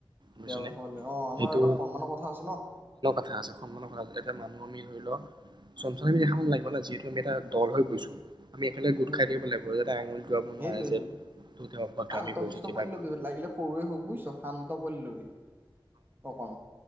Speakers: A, on the right; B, on the right.
A: বুজিছনে
B: বেয়া বস্তু খালে, অ', আমাৰ
A: সেইটো
B: এটা সন্মানৰ কথা আছে ন'।
A: <unintelligible> সন্মানৰ কথা আছে, এটা মানুহ আমি ধৰি লওঁ চম্ভালি ৰাখিব লাগিব ন', যিহেতু আমি এটা দল হৈ গৈছো। আমি একেলগে গোট
B: উম
A: খাই থাকিব লাগিব যাতে আঙুলি তোৱাব
B: সেইটোৱে
A: নোৱাৰে যে
B: সেইটোৱে
A: অভ্যদামি
B: শান্ত
A: কৰিছো
B: শিষ্ট
A: কিবা
B: পোৱালি লবি
A: কৰ
B: লাগিলে সৰুৱে হওক বুজিছ শান্ত পোৱালি ল'বি। অকন,